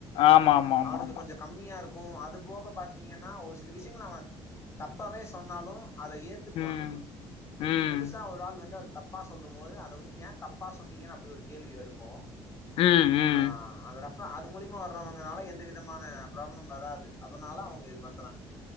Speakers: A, on the left (about 75°); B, on the left (about 30°).
A: ஆமா ஆமா ஆமா
B: அவனுக்கு
A: ஆமா
B: கொஞ்சோ கம்மியா இருக் கு அது போக பாத்தீங்கன்னா ஒரு சில விஷ்யங்கள் அவ தப்பாவேஸ் சொன்னாலு அத ஏத்துக்குவாங்க
A: ம் ம்
B: புதுசாக ஒரு ஆள் வந்து அத் தப்பா சொல்லும் போது அத வந்து ஏந் தப்பா சொன்னீங்கன்னு அப்டி ஒரு கேள்வி எடுக்கு
A: ம் ம்
B: ஆ அந்த ரெஃபர் அது மூலியமா வர்றவங்கனால எந்த வித் விதமான பிராப்ளம் வராது அதுனால அவங்க இது பண்றாங்க